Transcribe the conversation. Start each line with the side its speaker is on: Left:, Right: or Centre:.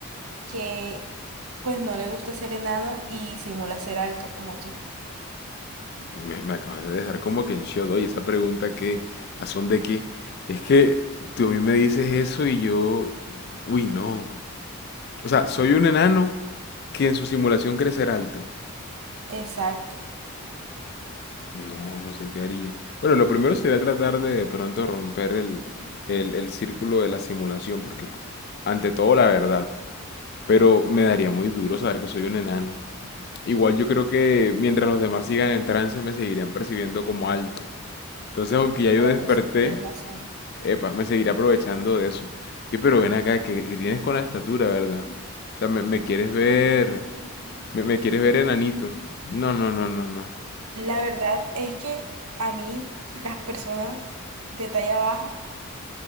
Right: que pues no le gusta ser enano y simula ser alto como tú?
Left: Me, me acabas de dejar como que en shock, oye, esa pregunta que, ¿a son de qué? Es que tú a mí me dices eso y yo, uy, no. O sea, soy un enano que en su simulación crecerá alto.
Right: Exacto.
Left: No, no sé qué haría. Bueno, lo primero sería tratar de de pronto romper el, el, el círculo de la simulación, porque pues, ante todo la verdad. pero me daría muy duro saber que soy un enano. Igual yo creo que mientras los demás sigan en trance me seguirían percibiendo como alto. Entonces, aunque ya yo
Right: Bueno,
Left: desperté,
Right: sí tienes razón.
Left: epa, me seguiré aprovechando de eso. Y pero ven acá, que tienes con la estatura, verdad? O sea, me, me quieres ver, me, me quieres ver enanito. No, no, no, no, no.
Right: La verdad es que a mí las personas de talla baja